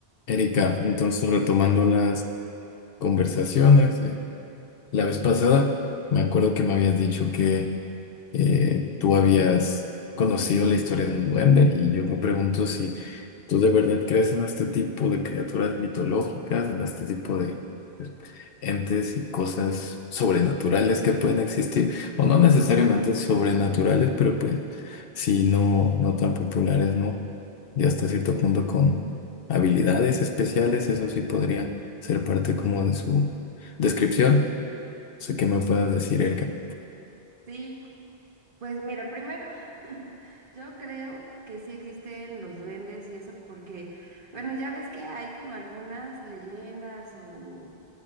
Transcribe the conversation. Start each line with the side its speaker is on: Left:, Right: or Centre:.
Left: Erika, entonces retomando las conversaciones, eh, la vez pasada me acuerdo que me habías dicho que eh, tú habías conocido la historia de un duende y yo me pregunto si tú de verdad crees en este tipo de criaturas mitológicas, en este tipo de pues, entes y cosas sobrenaturales que pueden existir, o no necesariamente sobrenaturales, pero pues sí no, no tan populares, ¿no? ya hasta cierto punto con habilidades especiales, eso sí podría ser parte como de su descripción. No sé qué me puedas decir, Erika.
Right: Sí, pues mira, primero, <laughs> yo creo que sí existen los duendes y eso, porque, bueno, ya ves que hay como algunas leyendas o,